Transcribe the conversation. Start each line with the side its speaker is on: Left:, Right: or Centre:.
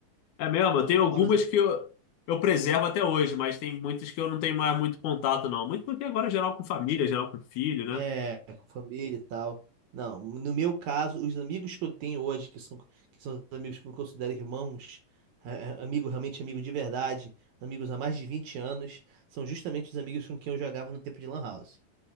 Left: É mesmo, tem algumas
Right: Foram as-
Left: que eu, eu preservo até hoje, mas tem muitas que eu não tenho mais muito contato, não. Muito porque agora é geral com família, geral com filho, né?
Right: é, com família e tal. Não, no meu caso, os amigos que eu tenho hoje, que são, que são os amigos que eu considero irmãos, é, é, amigo realmente amigo de verdade, amigos há mais de 20 anos, são justamente os amigos com quem eu jogava no tempo de Lan House.